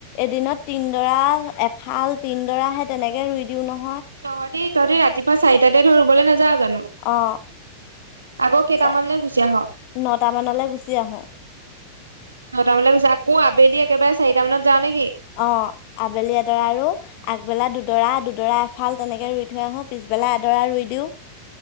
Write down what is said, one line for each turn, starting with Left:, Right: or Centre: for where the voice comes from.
Left: এদিনত তিনডৰা এফাল তিন। ডৰা তেনেকে ৰুই দিওঁ নহয়।
Right: তহঁতেই তহঁতেতি ৰাতিপুৱা চাৰিটাতে ধৰ বলৈ নাযাও জানো
Left: অ,
Right: আকৌ কেইটামানলৈ
Left: চ,
Right: গুচি আহ
Left: নটা মানলৈ গুচি আহ'?
Right: নটামানক আকৌ আবেলি একেবাৰে চাৰিটা মানত যাওঁ নেকি
Left: অ, আবেলি এডৰা আৰু একবেলা দুডৰা দুডৰা এফাল তেনেকে ৰুই থৈ আহো পিছবেলা এডৰা ৰুই দিও